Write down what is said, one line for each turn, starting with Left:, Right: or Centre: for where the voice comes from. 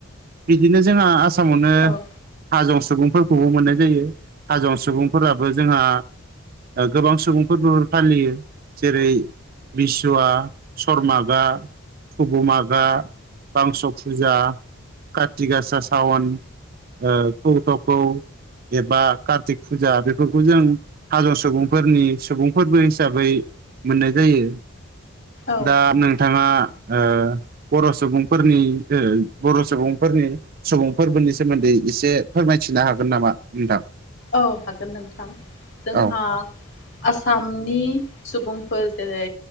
Right: बिदिनो जों जोंहा आसामावनो
Left: औ
Right: हाजं सुबुंफोर खौबो मोननाय जायो हाजं सुबुंफोराबो जोंहा गोबां सुबुंफोरबो फालियो जेरै बिसुवा सरर्मागा थुबु मागा बांस' फुजा काति गासा सावन ओ कौथ'खौ एबा कारतिक फुजा बेफोरखौ जों हाजं सुबुंफोरनि सुबुं फोरबो हिसाबै मोननाय जायो
Left: औ
Right: दा नोंथाङा ओ बर' सुबुंफोरनि बर' सुबुंफोरनि सुबुं फोरबोनि सोमोन्दै एसे फोरमायथिनो हागोन नामा नोंथां
Left: औ हागोन नोंथां जोंहा
Right: औ
Left: आसामनि सुबुंफोर जेरै